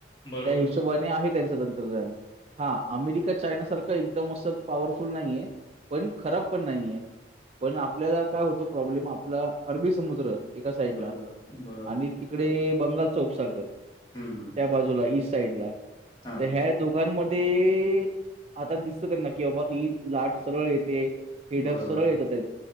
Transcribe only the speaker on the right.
त्या हिशोबा ने आहे त्यांचं तंत्रज्ञान. हा, अमेरिका चायनासारखं एकदम असं पॉवरफुल नाहीये, पण खराब पण नाही आहे. पण आपल्याला काय होतो प्रॉब्लेम, आपला अरबी एका साईडला
आणि तिकडे बंगालचा उपसागर.
त्या बाजूला, ईस्ट साईडला
तर ह्या दोघांमध्ये, आता दिसत त्यांना की बाबा ही लाट सरळ येते हे ढग
सरळ येत आहेत,